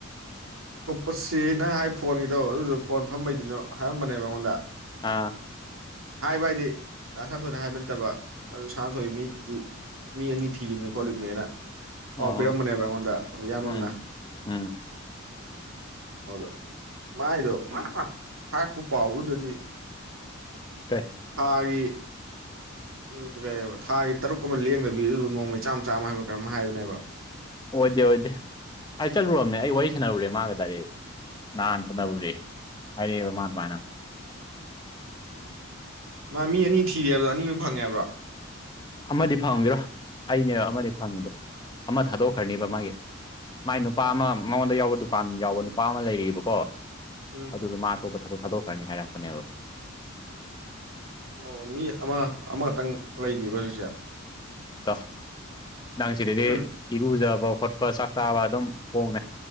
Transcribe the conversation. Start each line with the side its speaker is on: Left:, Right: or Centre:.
Right: ꯑꯣꯛꯄꯁꯤ ꯅꯪ ꯍꯥꯏ ꯐꯣꯟꯒꯤꯗꯣ ꯑꯗꯨꯗꯣ ꯐꯣꯟ ꯐꯝꯕꯩꯗꯨꯅ ꯍꯥꯏꯔꯝꯕꯅꯦꯕ ꯑꯩꯉꯣꯟꯗ
Left: ꯑꯥ <inaudible> <unintelligible>
Right: ꯍꯥꯏꯕ ꯍꯥꯏꯗꯤ ꯂ ꯁꯥꯟꯊꯣꯏꯅ ꯍꯥꯏꯕ ꯅꯠꯇꯕ ꯑꯗꯨ ꯁꯥꯟꯊꯣꯏ ꯃꯤ ꯃꯤ ꯑꯅꯤ ꯊꯤꯔꯤꯕꯅꯦ ꯈꯣꯠꯂꯤꯕꯅꯦꯅ ꯄꯥꯎ
Left: ꯑꯣ
Right: ꯄꯤꯔꯝꯕꯅꯦꯕ
Left: ꯑꯣ
Right: ꯑꯩꯉꯣꯟꯗ ꯏꯌꯥꯝꯅ
Left: ꯎꯝ ꯎꯝ <inaudible> <unintelligible>
Right: ꯑꯗꯣ ꯃꯥꯏꯗꯣ ꯍꯥꯄ ꯄꯥꯎꯗꯨꯗꯗꯤ
Left: ꯀꯩ
Right: ꯊꯥꯒꯤ ꯎꯝ ꯀꯩꯕ ꯊꯥꯒꯤ ꯇꯔꯨꯛ ꯑꯃ ꯂꯦꯡꯗꯕꯤ ꯑꯗꯨ ꯅꯣꯡꯃꯩ ꯆꯥꯝꯃ ꯆꯥꯝꯃ ꯍꯥꯏꯕ ꯀꯔꯝ ꯍꯥꯏꯕꯅꯦꯕ
Left: ꯑꯣꯏꯗꯦ ꯑꯣꯏꯗꯦ ꯑꯩ ꯆꯠꯂꯨꯔꯕꯅꯦ ꯑꯩ ꯋꯥꯔꯤ ꯁꯥꯟꯅꯔꯨꯔꯦ ꯃꯥꯒ ꯗꯥꯏꯔ ꯅꯍꯥꯟ ꯆꯠ ꯅꯕꯨꯗ ꯍꯥꯏꯔꯦꯕ ꯃꯥ ꯑꯗꯨꯃꯥꯏꯅ
Right: ꯃꯥ ꯃꯤ ꯑꯅꯤ ꯊꯤꯔꯦꯑꯕꯗꯣ ꯑꯅꯤ ꯑꯃ ꯐꯪꯉꯦꯕ꯭ꯔꯣ
Left: ꯑꯃꯗꯤ ꯐꯪꯗꯔꯣ ꯑꯩꯅꯦꯕ ꯑꯃꯗꯤ ꯐꯪꯉꯤꯗꯣ ꯑꯃ ꯊꯥꯗꯣꯛꯈ꯭ꯔꯅꯤꯕ ꯃꯥꯒꯤ ꯃꯥꯏ ꯅꯨꯄꯥ ꯑꯃ ꯃꯉꯣꯟꯗ ꯌꯥꯎꯕ ꯗꯨꯀꯥꯟ ꯌꯥꯎꯕ ꯅꯨꯄꯥ ꯑꯃ ꯂꯩꯔꯤꯕꯀꯣ
Right: ꯎꯝ
Left: ꯑꯗꯨꯗ ꯃꯥ ꯑꯇꯣꯞꯄ ꯊꯕꯛ ꯊꯥꯗꯣꯛꯈ꯭ꯔꯅꯤ ꯍꯥꯏꯔꯛꯄꯅꯦꯕ
Right: ꯑꯣ ꯃꯤ ꯑꯃ ꯑꯃꯈꯛꯇꯪ ꯂꯩꯅꯦꯕ ꯍꯧꯖꯤꯛꯁꯦ
Left: ꯇꯣ ꯅꯪ ꯁꯤꯔꯤꯗꯤ
Right: ꯎꯝ
Left: <inaudible> ꯏꯔꯨꯖꯕ ꯈꯣꯠꯄ ꯆꯥꯛ ꯆꯥꯕ ꯑꯗꯨꯝ ꯀꯣꯡꯃꯦ